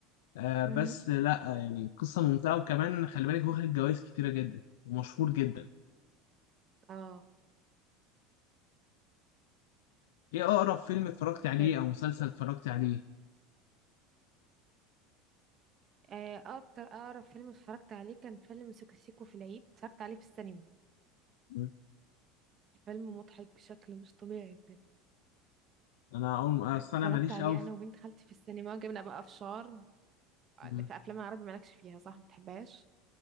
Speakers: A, on the left (about 85°); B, on the right (about 25°).
A: آه بس
B: امم
A: لأ آه، يعني قصة ممتعة وكمان خلي بالك واخد جوايز كتيرة جدا ومشهور جدا
B: اه
A: إيه أقرب فيلم اتفرجت عليه
B: بجد
A: أو مسلسل اتفرجت عليه؟
B: آه، اكتر اقرب فيلم اتفرجت عليه كان فيلم سيكو سيكو في العيد اتفرجت عليه في السينما
A: مم.
B: فيلم مضحك بشكل مش طبيعي بجد
A: أنا أقول
B: اتفرجت
A: أصل أنا ماليش
B: عليه
A: أوي في
B: انا وبنت خالتي في السينما جبنا بقى فشار
A: مم.
B: في افلام العربي مالكش فيها صح ما بتحبهاش